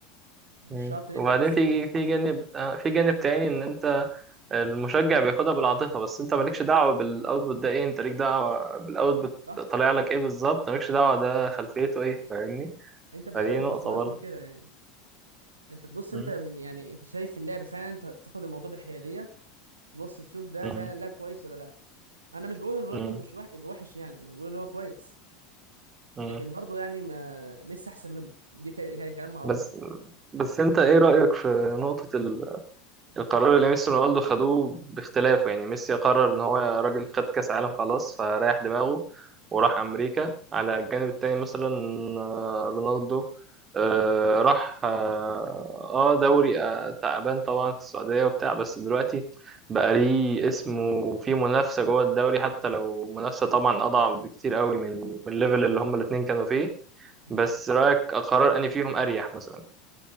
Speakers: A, on the right; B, on the right.
A: مش
B: امم
A: شرط يبدا
B: وبعدين
A: من الصفر
B: في في جانب آه، في جانب تاني ان انت المشجع بياخدها بالعاطفة بس انت مالكش دعوة بالاوتبوت ده ايه انت ليك دعوة بالاوتبوت
A: صح
B: طالع لك ايه بالظبط مالكش دعوة ده خلفيته ايه فاهمني
A: انت ما
B: فدي
A: ايوه
B: نقطة
A: ما بتبصلهاش
B: برضه
A: من كده يعني انت تبص
B: مم.
A: انت من يعني انت شايف اللعب فعلا انت تاخد الموضوع بحياديه تبص تشوف ده
B: مم.
A: فعلا لاعب كويس ولا لا انا مش بقول ان رونالدو
B: مم.
A: مش وح- وحش يعني انا بقول ان هو كويس
B: مم.
A: لكن برضه يعني ما ميسي احسن منه دي ك- ك- كلام معروف
B: بس
A: يعني
B: بس انت ايه رأيك في نقطة ال القرار اللي ميسي ورونالدو خدوه باختلافه يعني ميسي قرر ان هو راجل خد كاس عالم خلاص فريح دماغه وراح امريكا على الجانب التاني مثلا آه، رونالدو آه، راح اه آه، دوري آه، تعبان طبعا في السعودية وبتاع بس دلوقتي بقى ليه اسم وفيه منافسة جوه الدوري حتى لو منافسة طبعا اضعف بكتير قوي من من الليفل اللي هما
A: مم.
B: الاتنين كانوا فيه
A: مم.
B: بس رأيك قرار اني فيهم اريح مثلا